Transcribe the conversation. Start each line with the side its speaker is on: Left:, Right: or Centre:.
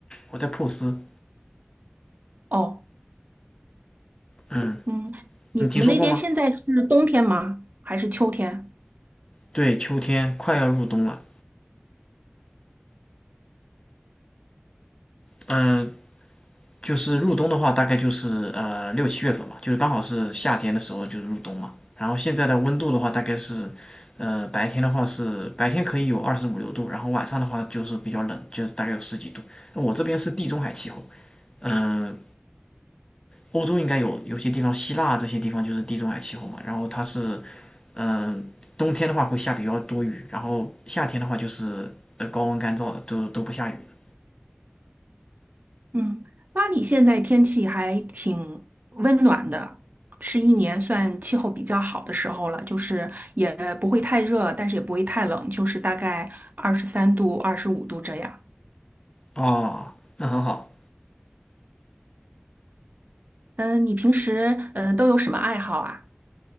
Left: 我在珀斯。
Right: 哦，
Left: 嗯，
Right: 嗯，你们那边现在是冬天吗？
Left: 你听说过吗？
Right: 还是秋天？
Left: 对，秋天快要入冬了。嗯、就是入冬的话，大概就是呃六七月份嘛，就是刚好是夏天的时候就是入冬嘛。然后现在的温度的话，大概是，呃，白天的话是白天可以有二十五六度，然后晚上的话就是比较冷，就大概有十几度。我这边是地中海气候，嗯、呃欧洲应该有有些地方，希腊这些地方就是地中海气候嘛。然后它是，嗯、呃冬天的话会下比较多雨，然后夏天的话就是呃高温干燥的，都都不下雨的
Right: 嗯，巴黎现在天气还挺温暖的，是一年算气候比较好的时候了，就是也不会太热，但是也不会太冷，就是大概二十三度、二十五度这样。
Left: 哦，那很好。
Right: 嗯、呃你平时呃都有什么爱好啊？